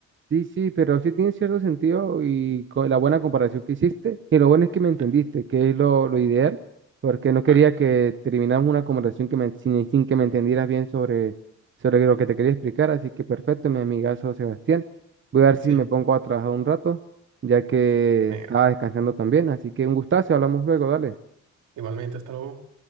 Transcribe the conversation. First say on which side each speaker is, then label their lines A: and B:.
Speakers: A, on the right; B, on the right.
A: Sí, sí, pero sí tiene cierto sentido y con la buena comparación que hiciste. Y lo bueno es que me entendiste,
B: Ah,
A: que es lo, lo ideal, porque no quería
B: ah,
A: que termináramos una conversación que me- sin, sin que me entendieras bien sobre, sobre lo que te quería explicar. Así que perfecto, mi amigazo Sebastián. Voy a ver si
B: sí,
A: me pongo a trabajar un rato, ya que
B: venga,
A: estaba descansando también. Así que un gustazo, hablamos luego, dale.
B: igualmente, hasta luego.